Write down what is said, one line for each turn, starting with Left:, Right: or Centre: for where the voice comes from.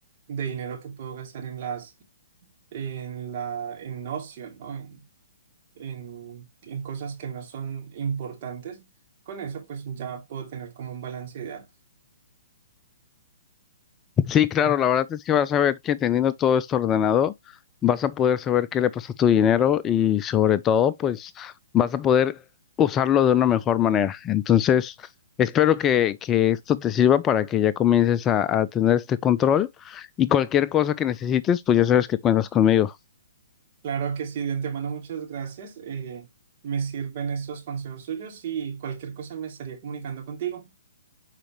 Right: de dinero que puedo gastar en las en la en ocio, ¿no? En, en, en cosas que no son importantes. Con eso, pues ya puedo tener como un balance de edad.
Left: Sí, claro, la verdad es que vas a ver que teniendo todo esto ordenado, vas a poder saber qué le pasa a tu dinero y sobre todo, pues vas a poder usarlo de una mejor manera. Entonces, espero que, que esto te sirva para que ya comiences a, a tener este control y cualquier cosa que necesites, pues ya sabes que cuentas conmigo.
Right: Claro que sí, de antemano, muchas gracias. eh, me sirven esos consejos suyos y cualquier cosa me estaría comunicando contigo.